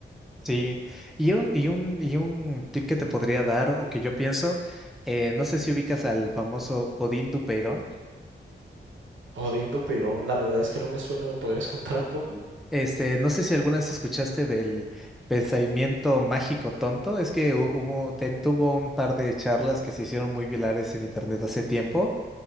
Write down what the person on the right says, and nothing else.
Odindo Perón, la verdad es que no me suena, ¿me podrías <laughs> contar
un poco?